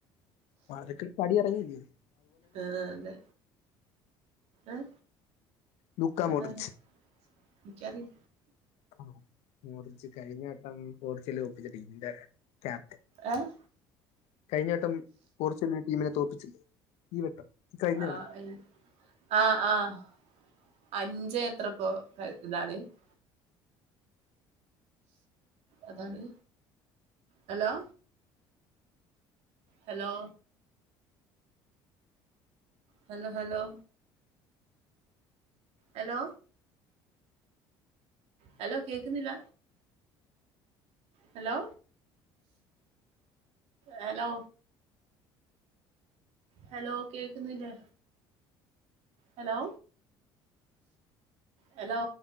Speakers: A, on the left; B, on the right.
A: അവരൊക്കെ പടിഇറങ്ങിയില്ലേ
B: ആഹ് അതെ ഏഹ്
A: ലൂക്കാ
B: അതാരാ
A: മോട്ടിർച്ച്
B: എനിക്കറിയി
A: ഓഹ് മോദിച് കഴിഞ്ഞവട്ടം പോർച്ചുഗൽ തോൽപ്പിച്ച ടീമിന്റെ ക്യാപ്റ്റൻ
B: ഏഹ്
A: കഴിഞ്ഞ വട്ടം പോർച്ചുഗൽ ടീമിനെ തോൽപ്പിച്ചില്ലേ ഈ വട്ടം ഈ കഴിഞ്ഞ
B: അഹ്
A: കളി
B: ആഹ് ഏയ്‌ ആഹ് ആഹ് അഞ്ച് എത്രക്കോ <unintelligible> എന്താണ് hello hello hello hello hello hello കേക്കുന്നില്ല ഹലോ ഹലോ ഹലോ കേക്കുന്നില്ലേ ഹലോ ഹലോ